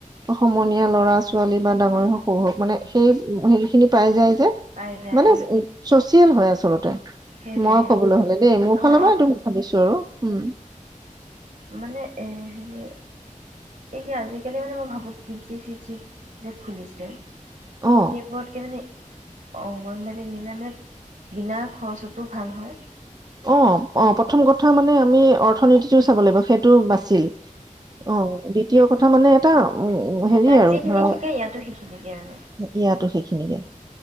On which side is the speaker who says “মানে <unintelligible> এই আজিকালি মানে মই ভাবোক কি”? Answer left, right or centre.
Right